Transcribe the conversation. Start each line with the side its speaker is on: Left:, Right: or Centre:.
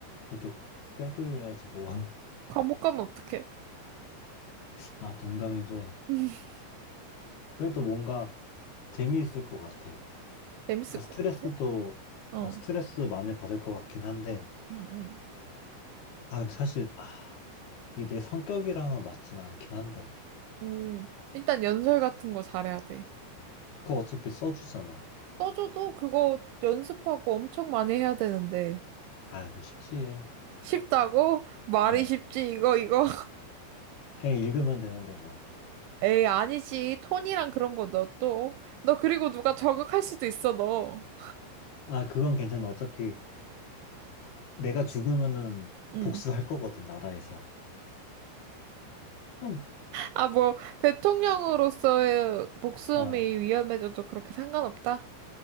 Left: 이렇게 빼돌려야지 뭐. <laughs>
Right: 감옥 가면 어떡해?
Left: 아, 농담이고.
Right: <laughs>
Left: 그래도 뭔가 재미있을 것 같아. 그러니까
Right: 재밌을
Left: 스트레스도,
Right: 것 같아. 어.
Left: 어, 스트레스도 많이 받을 것 같긴 한데.
Right: 응 응
Left: 아, 근데 사실, 아, 이게 내 성격이랑은 맞진 않긴 한데.
Right: 음, 일단 연설 같은 거 잘해야 돼.
Left: 그거 어차피 써주잖아.
Right: 떠줘도 그거 연습하고 엄청 많이 해야 되는데.
Left: 아, 이거 쉽지.
Right: 쉽다고? 말이
Left: 어,
Right: 쉽지, 이거, 이거.
Left: 그냥 읽으면 되는데 뭐.
Right: 에이, 아니지. 톤이랑 그런 거 너 또. 너 그리고 누가 저격할 수도 있어, 너.
Left: 아, 그건 괜찮아. 어차피 내가 죽으면은
Right: 응.
Left: 복수할 거거든, 나라에서. 응.
Right: 아, 뭐, 대통령으로서의 목숨이
Left: 어,
Right: 위험해져도 그렇게 상관없다?